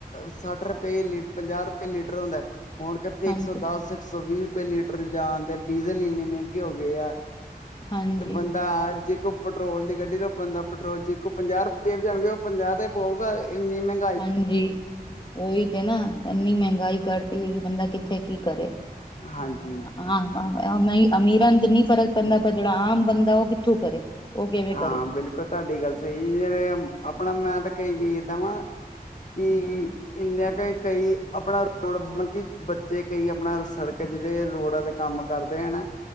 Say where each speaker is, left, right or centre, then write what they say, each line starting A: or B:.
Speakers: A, on the left (about 50°); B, on the left (about 30°).
A: ਸੱਠ ਰੁਪਏ ਲ ਪੰਜਾਹ ਰੁਪਏ ਲੀਟਰ ਹੁੰਦਾ ਹੁਣ ਕਿਤੇ
B: ਹਾਂਜੀ
A: ਇੱਕ ਸੌ ਦਸ ਇੱਕ ਸੌ ਵੀਹ ਰੁਪਏ। ਰੁਪਏ ਲੀਟਰ ਜਾਣਦੇ ਡੀਜ਼ਲ ਇੰਨੇ ਮਹਿੰਗੇ ਹੋ ਗਏ ਆ
B: ਹਾਂਜੀ
A: ਤੇ ਬੰਦਾ ਜੇ ਕੋੋ। ਪੈਟਰੋਲ ਦੀ ਗੱਡੀ ਰ ਬਣਦਾ ਪੈਟਰੋ ਜ ਕੋਈ ਪੰਜਾਹ ਰੁਪਏ ਜਾਣਗੇ ਉਹ ਪੰਜਾਹ ਦਾ ਪਊਗਾ ਇੰਨੀ ਮਹਿੰ
B: ਹਾਂਜੀ, ਉਹੀ ਤੇ ਨਾ ਇੰਨੀ ਮਹਿੰਗਾਈ ਕਰਤੀ ਹੈ ਕਿ ਬੰਦਾ ਕਿੱਥੇ ਕੀ ਕਰੇ।
A: ਹਾਂਜੀ।
B: <unintelligible> ਅਮੀਰਾਂ ਤੇ ਨੀ ਫਰਕ ਪੈਂਦਾ ਪਰ ਜਿਹੜਾ ਆਮ ਬੰਦਾ ਉਹ ਕਿੱਥੋਂ ਕਰੇ। ਉਹ ਕਿਵੇਂ
A: ਹਾਂ
B: ਕਰੇ
A: ਬਿਲਕੁਲ ਤੁਹਾਡੀ ਗੱਲ ਸਹੀ ਜਿਹੜੇ ਆਪਣਾ ਮੈਂ ਤਾਂ ਕਈ ਵੀ ਏਦਾਂ ਵਾ ਕਿ
B: ਹਾਂ
A: ਇੰਨੇ ਕ ਕਈ ਆਪਣਾ ਰੜ ਮਤਲਬ ਕਿ ਬੱਚੇ ਕਈ ਆਪਣਾ ਸੜਕ ਜਿਹੜੇ ਰੋਡਾਂ ਤੇ ਕੰਮ ਕਰਦੇ ਹਨਾ